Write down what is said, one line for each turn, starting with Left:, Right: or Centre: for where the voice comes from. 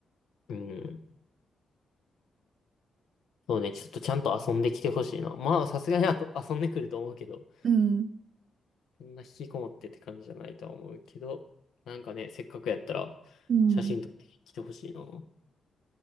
Left: うん。そうね、ちょっとちゃんと遊んできてほしいな。まあ、さすがにあと遊んでくると思うけど、
Right: うん。
Left: そんな引きこもってって感じじゃないとは思うけど、なんかね、せっかくやったら、
Right: うん。
Left: 写真撮ってきてほしいな。